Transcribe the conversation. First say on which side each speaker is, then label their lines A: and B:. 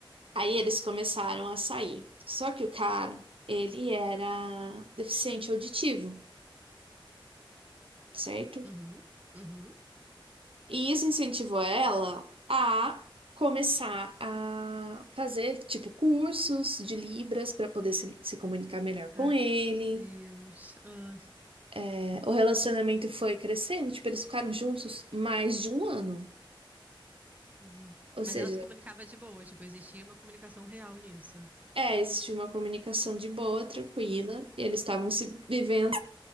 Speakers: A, on the right (about 85°); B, on the right (about 15°).
A: Aí eles começaram a sair. Só que o cara, ele era deficiente auditivo, certo?
B: Uhum, uhum.
A: E isso incentivou ela a começar a fazer, tipo, cursos de Libras para poder se, se comunicar melhor com
B: Ai,
A: ele.
B: meu Deus. Ah,
A: É, o relacionamento foi crescendo, tipo, eles ficaram juntos mais de um ano.
B: gente.
A: Ou
B: Mas
A: seja,
B: ela se comunicava de boa, tipo, existia uma comunicação real nisso.
A: é, existiu uma comunicação de boa, tranquila, e eles estavam se vivendo